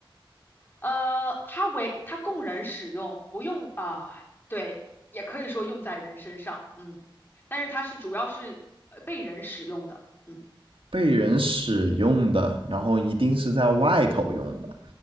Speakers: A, on the left; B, on the right.
A: 呃，它为它供人使用，不用啊、对，也可以说用在人身上，嗯，但是它是主要是呃被人使用的，嗯，
B: 被人使用的，然后一定是在外头用的。